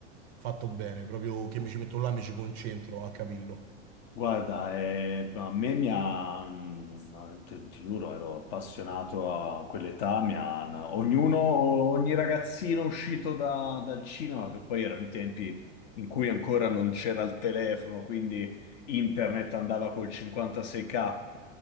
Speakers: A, on the right; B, on the left.
A: fatto bene, proprio che mi ci metto là, mi ci concentro a capirlo.
B: Guarda, eh, a me mi ha, mm, ti, ti giuro, ero appassionato a quell'età, mi ha- ognuno, ogni ragazzino uscito da- dal cinema, che poi erano i tempi in cui ancora non c'era il telefono, quindi internet andava col 56K,